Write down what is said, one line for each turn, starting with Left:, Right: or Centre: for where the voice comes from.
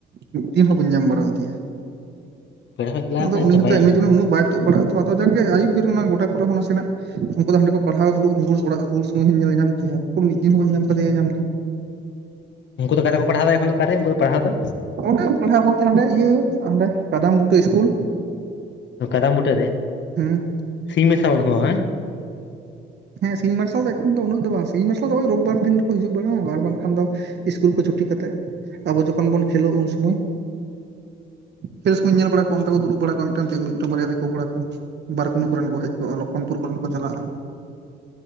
Right: ᱢᱤᱫ ᱫᱤᱱ ᱦᱚᱸ ᱵᱟᱹᱧ ᱧᱟᱢ ᱵᱟᱲᱟᱣ ᱠᱟᱫᱤᱭᱟ,
Left: ᱯᱮᱲᱟ ᱦᱚᱸ ᱪᱟᱞᱟᱣ
Right: ᱟᱫᱚ
Left: ᱟᱠᱟᱱᱟᱭ
Right: ᱩᱱᱤ
Left: ᱥᱮ
Right: ᱦᱚᱸᱛᱚ
Left: ᱵᱟᱭ
Right: ᱮᱢᱱᱤ ᱛᱮᱢᱟ ᱩᱱᱟᱹᱜ ᱵᱟᱭ ᱛᱩᱫ ᱵᱟᱲᱟᱜᱼᱟ ᱛᱚ᱾ ᱛᱚ ᱟᱫᱚ ᱡᱟᱠ ᱜᱮ ᱟᱹᱭᱩᱵ ᱵᱮᱲ ᱚᱱᱟ ᱜᱚᱰᱟ ᱠᱚᱨᱮ ᱦᱚᱸ ᱱᱟᱥᱮᱱᱟᱜ ᱩᱱᱠᱩ ᱫᱚ ᱦᱟᱸᱰᱮ ᱠᱚ ᱯᱟᱲᱦᱟᱣ ᱫᱩᱲᱩᱵ ᱨᱩᱣᱟᱹᱨ ᱚᱲᱟᱜ ᱨᱩᱣᱟᱹᱨ ᱥᱚᱢᱚᱭ ᱦᱚᱸᱧ ᱧᱮᱞ ᱧᱟᱢ ᱠᱮᱭᱟ ᱩᱠᱩᱨ ᱢᱤᱫ ᱫᱤᱱ ᱦᱚᱸ ᱵᱟᱹᱧ ᱧᱟᱢ ᱠᱟᱫᱮᱭᱟ ᱧᱟᱢ ᱫᱚ᱾
Left: ᱩᱱᱠᱩ ᱫᱚ ᱟᱠᱟᱨᱮ ᱠᱚ ᱯᱟᱲᱦᱟᱣ ᱫᱟ ᱮᱠᱷᱚᱱ ᱫᱚ ᱟᱠᱟᱨᱮ ᱩᱱᱠᱩ ᱫᱚ ᱯᱟᱲᱦᱟᱣ ᱫᱚ?
Right: ᱚᱸᱰᱮ ᱯᱟᱲᱦᱟᱣ ᱵᱳᱞᱛᱮ ᱦᱟᱸᱰᱮ ᱤᱭᱟᱹ ᱦᱟᱸᱰᱮ ᱠᱟᱫᱟᱢ ᱵᱩᱴᱟᱹ ᱤᱥᱠᱩᱞ᱾
Left: ᱚ ᱠᱟᱫᱟᱢ ᱵᱩᱴᱟᱹ ᱨᱮ?
Right: ᱦᱩᱸ᱾
Left: ᱥᱤᱧ ᱢᱮᱥᱟ ᱦᱚᱲ ᱦᱚᱭ᱾
Right: ᱦᱮᱸ ᱥᱤᱧ ᱢᱟᱨᱥᱟᱞ ᱫᱚ ᱮᱠᱷᱚᱱ ᱫᱚ ᱩᱱᱟᱹᱜ ᱫᱚ ᱵᱟᱝ ᱥᱤᱧ ᱢᱟᱨᱥᱟᱞ ᱫᱚ ᱳᱭ ᱨᱳᱵᱽᱼᱵᱟᱨ ᱫᱤᱱ ᱠᱚ ᱦᱤᱡᱩᱜ ᱵᱟᱲᱟᱜᱼᱟ ᱟᱨ ᱵᱟᱝᱠᱷᱟᱱ ᱫᱚ ᱤᱥᱠᱩᱞ ᱠᱩ ᱪᱷᱩᱴᱤ ᱠᱟᱛᱮᱜ᱾ ᱟᱵᱚ ᱡᱚᱠᱷᱚᱱ ᱵᱚᱱ ᱠᱷᱮᱞᱳᱜ ᱩᱱ ᱥᱚᱢᱚᱭ, ᱠᱷᱮᱞ ᱥᱚᱢᱚᱧ ᱧᱮᱞ ᱵᱟᱲᱟ ᱠᱚᱣᱟ ᱚᱱᱛᱮ ᱠᱚ ᱫᱩᱲᱩᱵ ᱵᱟᱲᱟ ᱠᱚᱜᱼᱟ ᱢᱤᱫ- ᱴᱟᱹᱝ ᱛᱮ ᱢᱤᱫᱴᱟᱝ ᱵᱟᱨᱭᱟ ᱫᱤᱠᱩ ᱠᱚᱲᱟ ᱠᱚ ᱵᱟᱨᱠᱩᱱᱩ ᱠᱚᱨᱮᱱ ᱠᱚ ᱦᱮᱡ ᱠᱚᱜᱼᱟ ᱞᱚᱠᱷᱚᱱᱯᱩᱨ ᱠᱚᱨᱮᱱ ᱠᱚ ᱪᱟᱞᱟᱜᱼᱟ᱾